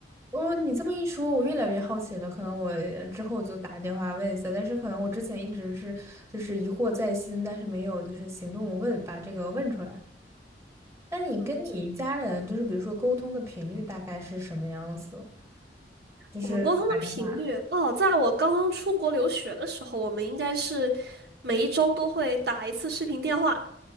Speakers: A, on the right; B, on the right.
A: 哦，你这么一说，我越来越好奇了。可能我呃之后就打电话问一下，但是可能我之前一直是就是疑惑在心，但是没有就是行动问，把这个问出来。那你跟你家人就是比如说沟通的频率大概是什么样子？
B: 嗯，
A: 就是打电话。
B: 我们沟通的频率哦，在我刚刚出国留学的时候，我们应该是每一周都会打一次视频电话。